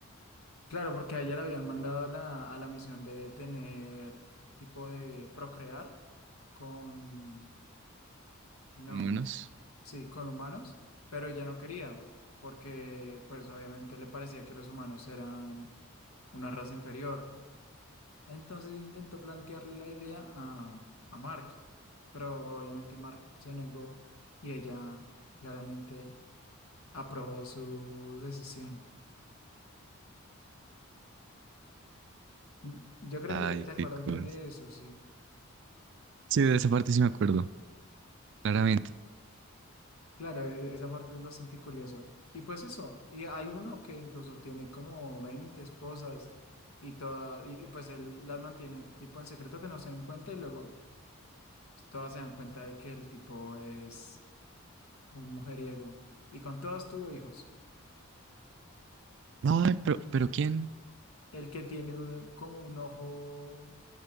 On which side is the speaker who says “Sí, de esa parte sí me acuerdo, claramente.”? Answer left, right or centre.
Right